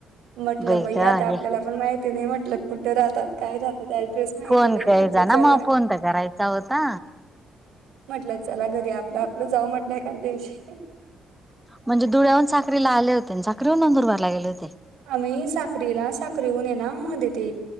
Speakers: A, on the right; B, in the centre.
A: म्हटलं
B: बई
A: बाई
B: ग
A: आता आपल्याला पण माहिती नाही म्हटलं कुठे राहतात काय राहतात. ऍड्रेस माहिती
B: फोन
A: नाही,
B: करायचा
A: म्हटलं चला
B: ना मग फोन तर करायचा होता.
A: म्हटलं चला घरी, आपलं, आपलं जाव म्हटलंय का दिवशी.
B: म्हणजे धुळ्याहून साखरी ला आले होते. साखरीहून नंदुरबारला गेले होते?
A: आम्ही साखरीला साखरी होऊन ये ना मध्ये ते